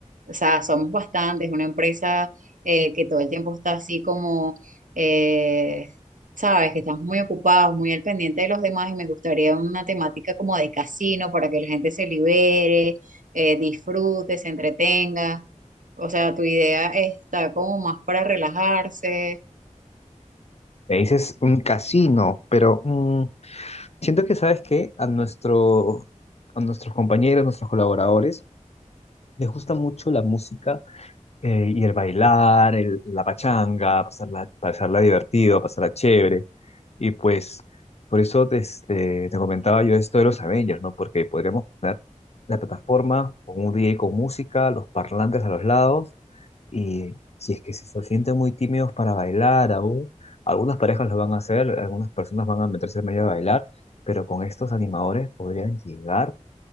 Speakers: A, on the right; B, on the left.
A: o sea, somos bastantes, una empresa eh, que todo el tiempo está así como, eh, sabes, que estamos muy ocupados, muy al pendiente de los demás y me gustaría una temática como de casino para que la gente se libere, eh, disfrute, se entretenga. O sea, tu idea está como más para relajarse.
B: Me dices un casino, pero mm, Siento que, ¿sabes qué? A nuestro, a nuestros compañeros, nuestros colaboradores, les gusta mucho la música eh, y el bailar, el- la pachanga, pasarla, pasarla divertido, pasarla chévere. Y pues por eso te, este, te comentaba yo esto de los Avengers, ¿no? Porque podríamos poner la plataforma con un DJ con música, los parlantes a los lados, y si es que se sienten muy tímidos para bailar aún, algunas parejas lo van a hacer, algunas personas van a meterse en medio a bailar, pero con estos animadores podrían llegar